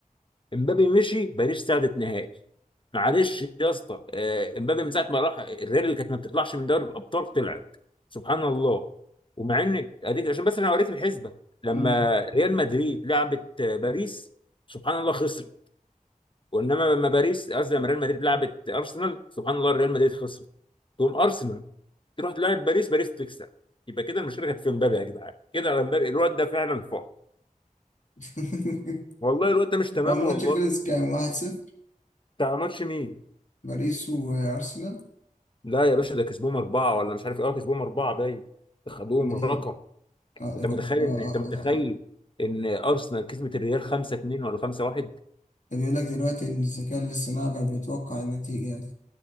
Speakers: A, on the left (about 35°); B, on the left (about 60°).
A: امبابي مشي باريس صعدت نهائي معلش يا اسطى آه، امبابي من ساعة ما راح الريال اللي كانت ما بتطلعش من دوري الأبطال طلعت سبحان الله ومع إن أديك عشان بس أنا أوريك الحسبة لما
B: أمم.
A: ريال مدريد لعبت آه، باريس سبحان الله خسر وانما لما باريس قصدي لما ريال مدريد لعبت ارسنال سبحان الله ريال مدريد خسرت تقوم ارسنال تروح تلعب باريس باريس تكسب يبقى كده المشكله كانت في مبابي يا جدعان كده على مبابي الواد ده فعلا فوق
B: <laughs>
A: والله الواد ده مش تمام
B: هو الماتش
A: والله
B: خلص كام 1-0
A: بتاع ماتش مين
B: باريس وارسنال
A: لا يا باشا ده كسبوهم اربعه ولا مش عارف ايه آه، كسبوهم اربعه باين خدوهم
B: مدريد.
A: رقم
B: اه
A: انت
B: ده كان
A: متخيل
B: اه اه
A: ان انت متخيل
B: اه اه
A: ان ارسنال كسبت الريال 5 2 ولا 5 1
B: ده بيقول لك دلوقتي ان الذكاء الاصطناعي بقى بيتوقع النتيجه يعني